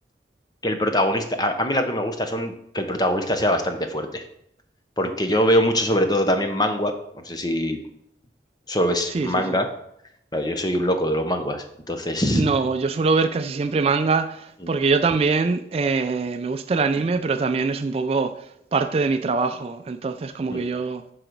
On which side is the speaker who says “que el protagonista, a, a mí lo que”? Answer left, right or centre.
Left